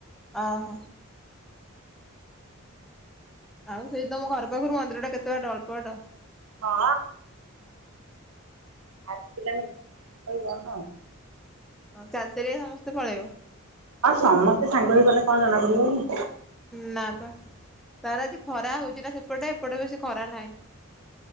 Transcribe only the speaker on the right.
ହଁ। ହାପ୍ କିଲୋମି <unintelligible> ହଁ।
ହଁ ସମସ୍ତେ ସାଙ୍ଗ ହେଇଗଲେ କଣ ଜଣା ପଡିବ କି।